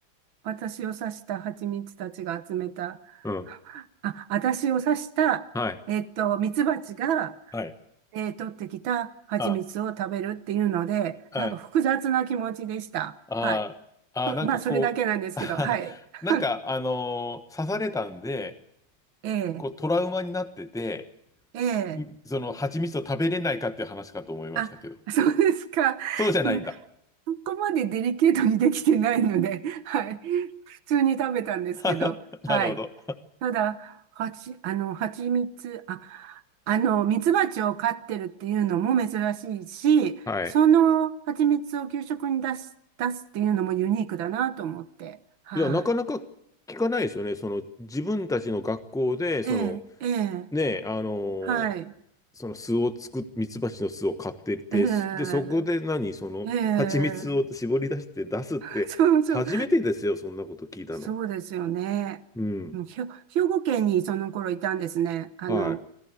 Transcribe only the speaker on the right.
私を刺した蜂蜜たちが集めた、
あ、私を刺した、
えっと、蜜蜂が、
えー取ってきた蜂蜜を食べるっていうので、
なんか複雑な気持ちでした。
はい。<laughs>
まあ、それだけなんですけど、はい。
<laughs>
ええ、
ええ。
あ、そうですか。
いや、そこまでデリケートにできてないので、<laughs> はい。普通に食べたんですけど、
はい。ただ、はち、あの、蜂蜜、あ、あの、蜜蜂を飼ってるっていうのも珍しいし、
その蜂蜜を給食に出す、出すっていうのもユニークだなと思って。は
い、ええ、ええ、
はい。
ええ、
ええ。<laughs> そうそう。
そうですよね。
うんひょ、兵庫県にその頃いたんですね。あの、